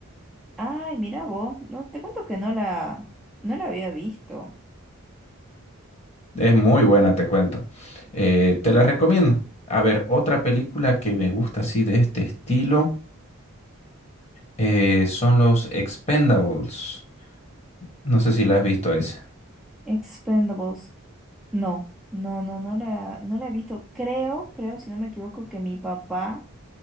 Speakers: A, in the centre; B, on the left.
A: Ay, mira vos. No, te cuento que no la, no la había visto.
B: Es muy buena, te cuento. Eh, te la recomiendo. A ver, otra película que me gusta así de este estilo eh, son los Expendables. No sé si la has visto esa.
A: Expendables. No, no, no, no la, no la he visto. Creo, creo, si no me equivoco, que mi papá.